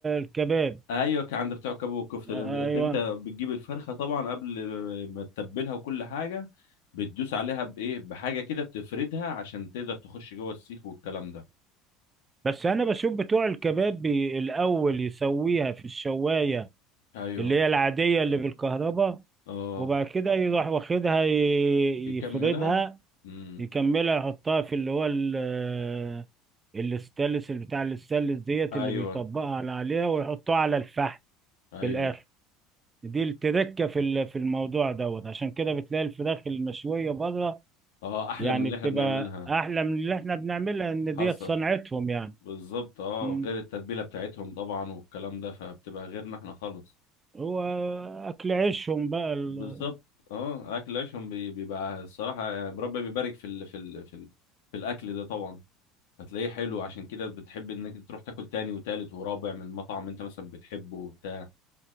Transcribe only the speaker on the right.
الكباب
ايوه
بس انا بشوف بتوع الكباب بي- الاول يسويها في الشوايه
اللي هي العاديه اللي بالكهرباء
وبعد كده يروح واخدها ي-
يفردها
يكملها يحطها في اللي هو ال- الاستانلس اللي بتاع الاستانلس ديت
اللي بيطبقها على- عليها ويحطها على الفحم
في الاخر دي التركه في ال- في الموضوع دوت عشان كده بتلاقي الفراخ المشويه بره
يعني
بتبقى
احلى من اللي احنا بنعملها ان
ديت صنعتهم يعني
مم.
هو اكل عيشهم بقى ال-